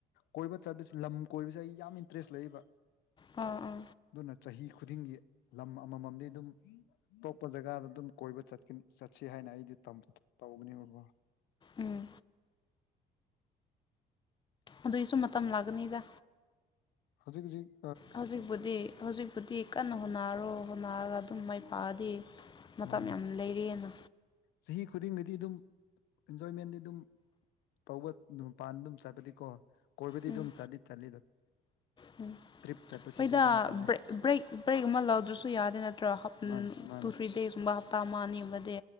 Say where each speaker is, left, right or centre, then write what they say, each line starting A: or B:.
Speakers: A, on the left (about 85°); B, on the left (about 25°).
A: ꯀꯣꯏꯕ ꯆꯠꯄꯁ ꯂꯝ ꯀꯣꯏꯕꯁꯤ ꯑꯩ ꯌꯥꯝ ꯏꯟꯇꯔꯦꯁ ꯂꯩꯕ
B: ꯑꯥ ꯑꯥ
A: ꯑꯗꯨꯅ ꯆꯍꯤ ꯈꯨꯗꯤꯡꯒꯤ ꯂꯝ ꯑꯃꯃꯝꯗꯤ ꯑꯗꯨꯝ ꯑꯇꯣꯞꯄ ꯖꯒꯥꯗ ꯑꯗꯨꯝ ꯀꯣꯏꯕ ꯆꯠꯀꯅꯤ ꯆꯠꯁꯤ ꯍꯥꯏꯅ ꯑꯩꯗꯤ ꯇꯝ ꯇꯧꯕꯅꯦꯕꯕꯣ
B: ꯎꯝ ꯑꯗꯨꯏꯁꯨ ꯃꯇꯝ ꯂꯥꯛꯀꯅꯤꯗ
A: ꯍꯧꯖꯤꯛ ꯍꯧꯖꯤꯛ
B: ꯍꯧꯖꯤꯛꯄꯨꯗꯤ ꯍꯧꯖꯤꯛꯄꯨꯗꯤ ꯀꯟꯅ ꯍꯣꯟꯅꯔꯣ ꯍꯣꯟꯅꯔꯒ ꯑꯗꯨꯝ ꯃꯥꯏ ꯄꯥꯛꯑꯗꯤ ꯃꯇꯝ
A: ꯃꯥꯅꯦ
B: ꯌꯥꯝ ꯂꯩꯔꯤꯑꯦꯅ
A: ꯆꯍꯤ ꯈꯨꯗꯤꯡꯒꯤꯗꯤ ꯑꯗꯨꯝ ꯑꯦꯟꯖꯣꯏꯃꯦꯟꯗꯤ ꯑꯗꯨꯝ ꯇꯧꯕ ꯃꯄꯥꯟ ꯑꯗꯨꯝ ꯆꯠꯄꯗꯤꯀꯣ ꯀꯣꯏꯕꯗꯤ
B: ꯎꯝ
A: ꯑꯗꯨꯝ ꯆꯠꯂꯤ ꯆꯠꯂꯤꯗ
B: ꯎꯝ
A: ꯇ꯭ꯔꯤꯞ ꯆꯠꯄꯁꯤꯗꯤ
B: ꯑꯩꯈꯣꯏꯗ
A: ꯑꯗꯨꯝ ꯆꯠꯂꯦ
B: ꯕ꯭ꯔꯦꯛ ꯕ꯭ꯔꯦꯛ ꯕ꯭ꯔꯦꯛ ꯑꯃ ꯂꯧꯗ꯭ꯔꯁꯨ ꯌꯥꯗꯦ ꯅꯠꯇ꯭ꯔꯣ ꯍꯥꯞ
A: ꯃꯥꯅꯦ ꯃꯥꯅꯦ
B: ꯇꯨ ꯊ꯭ꯔꯤ ꯗꯦꯁꯀꯨꯝꯕ ꯍꯥꯞ ꯑꯥ ꯃꯥꯟꯅꯤꯡꯕꯗꯤ